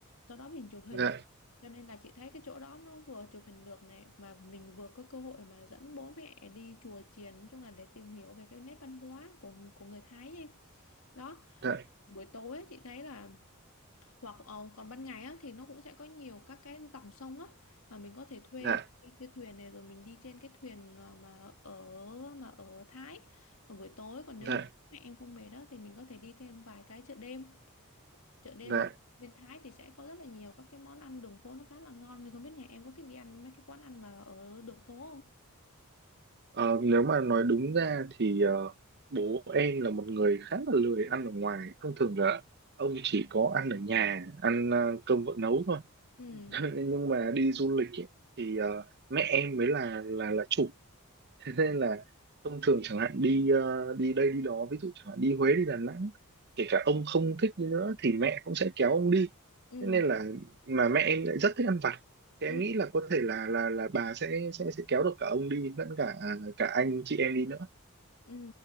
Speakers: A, on the left; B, on the right.
A: do đó mình chụp hình
B: dạ
A: cho nên là chị thấy cái chỗ đó nó vừa chụp hình được này mà mình vừa có cơ hội mà dẫn bố mẹ đi chùa chiền nói chung là để tìm hiểu về cái nét văn hóa của của người Thái em đó
B: dạ
A: buổi tối ấy, chị thấy là hoặc ờ, còn ban ngày á, thì nó cũng sẽ có nhiều các cái dòng sông á mà mình có thể thuê
B: dạ
A: thuê thuyền này rồi mình đi trên cái thuyền mà mà ở mà ở Thái còn buổi tối còn
B: dạ
A: nếu như mẹ em không về đó thì mình có thể đi thêm vài cái chợ đêm chợ đêm
B: dạ
A: bên Thái thì sẽ có rất là nhiều các cái món ăn đường phố nó khá là ngon thì không biết nhà em có thích đi ăn mấy cái quán ăn mà ở đường phố không
B: Ờ, nếu mà nói đúng ra thì ờ, bố em là một người khá là lười ăn ở ngoài. Thông thường là ông chỉ có ăn ở nhà, ăn ờ, cơm vợ nấu thôi.
A: ừ
B: <laughs> Nhưng mà đi du lịch ấy, thì ờ, mẹ em mới là là là chủ thế nên là thông thường chẳng hạn đi ờ, đi đây đi đó ví dụ chẳng hạn đi Huế đi Đà Nẵng kể cả ông không thích đi nữa thì mẹ cũng sẽ kéo ông đi
A: ừ
B: thế nên là mà mẹ em lại rất thích ăn vặt thì
A: ừ
B: em nghĩ là có thể là là là bà sẽ sẽ sẽ kéo được cả ông đi lẫn cả à, cả anh chị em đi nữa
A: Ừ,